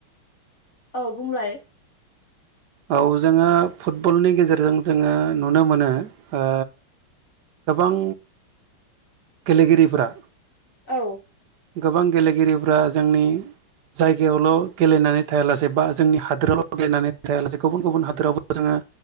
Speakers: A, on the left; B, on the right.
A: औ बुंलाय
B: औ जोङो फुटबलनि गेजेरजों जोङो नुनो मोनो ओ गोबां गेलेगिरिफोरा
A: औ
B: गोबां गेलेगिरिफ्रा जोंनि जायगायावल' गेलेनानै थायालासे बा जोंनि हादोरावल' गेलेनानै थायालासे गुबुन गुबुन हादोरावबो जोङो